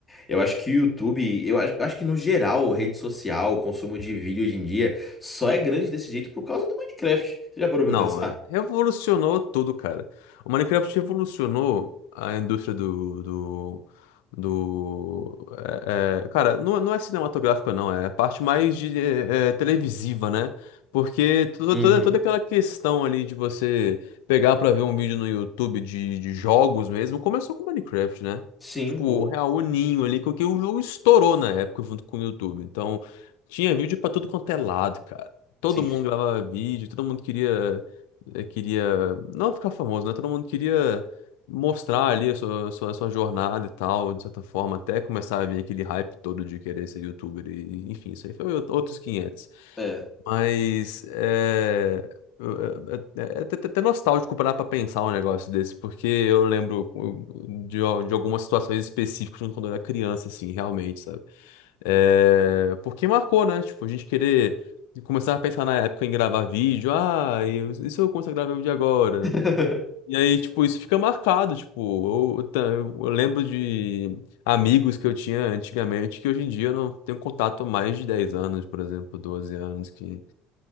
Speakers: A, on the left; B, on the left.
A: eu acho que o YouTube, eu acho, eu acho que no geral, rede social, consumo de vídeo hoje em dia, só é grande desse jeito por causa do Minecraft. Você já parou pra
B: Não,
A: pensar?
B: é, revolucionou tudo, cara. O Minecraft revolucionou a indústria do, do, do é, é, cara, não, não é cinematográfica não, é a parte mais de é, é, televisiva, né? Porque to-
A: Uhum.
B: toda, toda aquela questão ali de você pegar pra ver um vídeo no YouTube de, de jogos mesmo, começou com o Minecraft, né?
A: Sim,
B: Tipo, o
A: ou...
B: real o ninho ali, que o que o jogo estourou na época junto com o YouTube. Então, tinha vídeo pra tudo quanto é lado, cara. Todo
A: Sim,
B: mundo gravava vídeo, todo mundo queria, eh, queria não ficar famoso, né? Todo mundo queria mostrar ali a sua, sua, sua jornada e tal, de certa forma, até começar a vir aquele hype todo de querer ser youtuber e, enfim, isso aí foi outros 500
A: é.
B: mas é, eu- é- é é até, até nostálgico parar pra pensar um negócio desse, porque eu lembro uh, de, al- de algumas situações específicas quando eu era criança, assim, realmente, sabe? É, porque marcou, né? Tipo, a gente querer começar a pensar na época em gravar vídeo, ah, e e se eu começar a gravar vídeo agora?
A: <laughs>
B: E aí, tipo, isso fica marcado, tipo, eu, eu ta- eu lembro de amigos que eu tinha antigamente que hoje em dia eu não tenho contato há mais de 10 anos, por exemplo, 12 anos, que